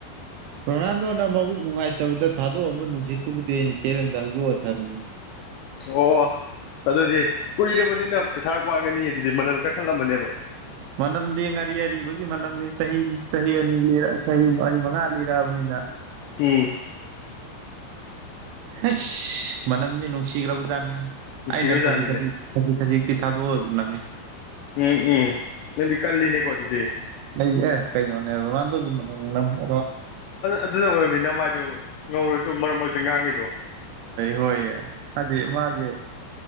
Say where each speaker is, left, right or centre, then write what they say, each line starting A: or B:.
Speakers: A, on the right; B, on the left.
A: ꯄ꯭ꯔꯣꯅꯥꯟꯗꯣꯅ ꯃꯕꯨ ꯅꯨꯡꯉꯥꯏꯇꯕꯗ ꯊꯥꯗꯣꯛꯑꯝꯕ ꯅꯨꯡꯁꯤꯠꯇꯨꯕꯨ ꯆꯦꯔꯦꯟ ꯆꯦꯔꯪꯗ ꯌꯣꯛꯑ ꯊꯝꯃꯤ
B: ꯑꯣ ꯑꯁ ꯑꯗꯨꯗꯤ ꯀꯨꯏꯔꯕꯅꯤꯅ ꯄꯩꯁꯥ ꯋꯥꯡꯉꯅꯤ ꯑꯗꯨꯗꯤ ꯃꯅꯜ ꯀꯟꯈꯠꯂꯝꯕꯅꯦꯕ
A: ꯃꯅꯝꯗꯤ ꯉꯥꯔꯤ ꯑꯔꯤꯕꯒꯤ ꯃꯅꯝꯗꯤ ꯆꯍꯤ ꯆꯍꯤ ꯑꯅꯤ ꯆꯍꯤ ꯃꯔꯤ ꯃꯉꯥ ꯂꯤꯔꯛꯑꯕꯅꯤꯅ
B: ꯎꯝ
A: ꯑꯦ ꯃꯅꯗꯤ ꯅꯨꯡꯁꯤꯒ꯭ꯔꯕ ꯇꯅꯦꯦ
B: ꯅꯨꯡꯁꯤꯈ꯭ꯔꯖꯥꯠꯅꯤꯅꯦ
A: ꯑꯩꯅ ꯈꯖꯤꯛ ꯈꯖꯤꯛ ꯈꯖꯤꯛ ꯈꯖꯤꯛꯇꯤ ꯊꯥꯗꯣꯛꯑꯣꯕ ꯅꯃꯤ
B: ꯎꯝ ꯎꯝ ꯅꯗꯤ ꯀꯜꯂꯤꯅꯦ ꯀꯣ ꯑꯗꯨꯗꯤ
A: ꯑꯩ ꯑꯦ ꯀꯩꯅꯣꯅꯦ ꯔꯣꯅꯥꯜꯗꯣꯒꯤ ꯃꯃ ꯅꯝꯕꯣ
B: ꯑꯗꯨꯅ ꯑꯣꯏꯔꯕꯅꯤꯅ ꯃꯥꯏꯗꯣ ꯉꯧꯔꯁꯨ ꯃꯔꯛ ꯃꯔꯛꯇ ꯉꯥꯡꯉꯤꯗꯣ
A: ꯍꯣꯏ ꯑꯗꯤ ꯃꯥꯒꯦ